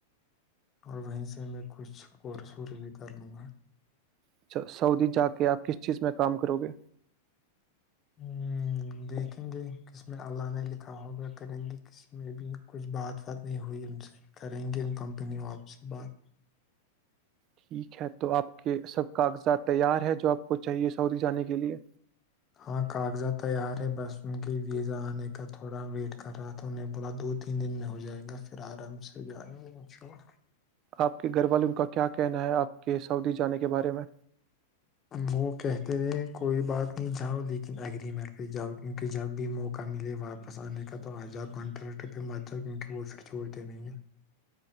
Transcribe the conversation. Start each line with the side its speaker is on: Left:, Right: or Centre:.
Left: اور وہیں سے میں کچھ کور سور بھی کر لوں گا
Right: اچھا سعودی جا کے آپ کس چیز میں کام کرو گے
Left: ہ دیکھیں گے کس میں اللہ نے لکھا ہوگا کریں گے کسی میں بھی کچھ بات وات نہیں ہوئی ان سے کریں گے ان کمپنی وپ سے بات
Right: ٹھیک ہے تو آپ کے سب کاغذات تیار ہے جو آپ کو چاہیے سعودی جانے کے لیے
Left: ہاں کاغذات تیار ہے بس ان کے ویزا آنے کا تھوڑا ویٹ کر رہا تھا ان نے بولا دو تین دن میں ہو جائے گا پھر آرام سے جائیں گے انشاءلہ
Right: آپ کے گھر والوں کا کیا کہنا ہے آپ کے سعودی جانے کے بارے میں
Left: وہ کہتے ہیں کوئی بات نہیں جاؤ لیکن اگریمنٹ پہ جاؤ کیونکہ جب بھی موقع ملے واپس آنے کا تو آ جاؤ کانٹریکٹ پہ مت جاؤ کیونکہ وہ پھر چھوڑتے نہیں ہیں